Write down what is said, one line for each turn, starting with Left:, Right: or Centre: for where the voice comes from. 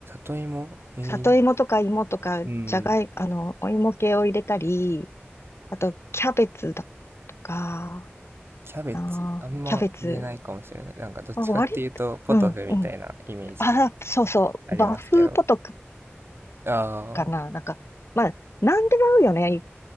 Right: 里芋へえ。
Left: 里芋とか芋とか、
Right: うん。
Left: じゃがい、あの、お芋系を入れたり、あと、キャベツだとか、
Right: キャベツ、
Left: あー、
Right: あんま入れないかもしれない。
Left: キャベツ。
Right: なんかどっちかっていうと、
Left: あ、割と、
Right: ポトフみたいなイメージ
Left: うん、うん。あ、そうそう、
Right: ありますけど。
Left: 和風ポトク
Right: ああ、
Left: かな、なんか、まあ、なんでも合うよね。